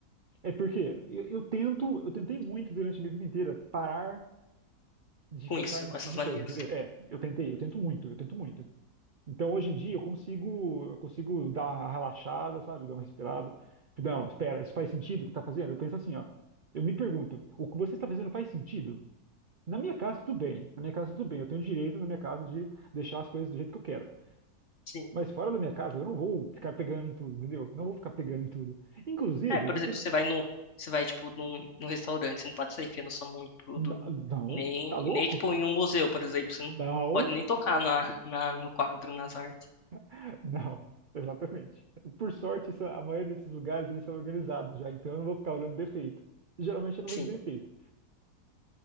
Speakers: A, on the right; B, on the left.
A: É porque eu, eu tento, eu tentei muito durante a minha vida inteira parar de
B: com
A: focar
B: isso,
A: nesse
B: com essas
A: tipo de
B: manias.
A: coisa, entendeu? É, eu tentei, eu tento muito, eu tento muito. Então hoje em dia eu consigo, eu consigo dar uma relaxada, sabe? Dar uma respirada. Não, espera, isso faz sentido o que tá fazendo? Eu penso assim, ó. Eu me pergunto, o que você está fazendo faz sentido? Na minha casa, tudo bem. Na minha casa, tudo bem. Eu tenho direito na minha casa de deixar as coisas do jeito que eu quero.
B: Sim.
A: Mas fora da minha casa, eu não vou ficar pegando em tudo, entendeu? Eu Não vou ficar pegando em tudo. Inclusive,
B: É, por
A: já
B: exemplo,
A: teve.
B: você vai no, você vai, tipo, num, num restaurante, você não pode sair enfiando sua mão em tudo,
A: N- Não,
B: nem,
A: tá louco?
B: nem, tipo, em um museu, por exemplo, você não
A: Não,
B: pode nem tocar na, na, no quadro, nas artes.
A: <laughs> não. Exatamente. Por sorte, isso- a maioria desses lugares eles são organizados já, então eu não vou ficar olhando defeito. Geralmente eu não
B: Sim.
A: vejo defeito.